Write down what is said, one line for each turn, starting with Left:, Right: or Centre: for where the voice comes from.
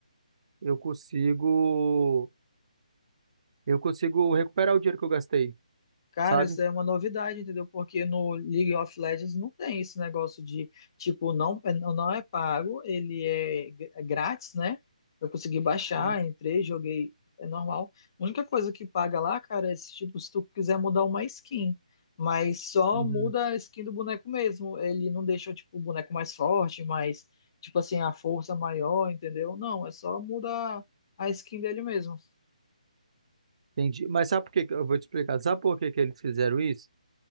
Right: eu consigo, eu consigo recuperar o dinheiro que eu gastei,
Left: Cara,
Right: sabe?
Left: isso é uma novidade, entendeu? Porque no League of Legends não tem esse negócio de, tipo, não, é, não é pago, ele é gr- é grátis, né? Eu consegui baixar,
Right: Uhum,
Left: entrei, joguei, é normal. A única coisa que paga lá, cara, é se, tipo, se tu quiser mudar uma skin. Mas só
Right: uhum.
Left: muda a skin do boneco mesmo. Ele não deixa, tipo, o boneco mais forte, mais, tipo assim, a força maior, entendeu? Não, é só mudar a skin dele mesmo.
Right: Entendi. Mas sabe por que? que- Eu vou te explicar. Sabe por que que eles fizeram isso?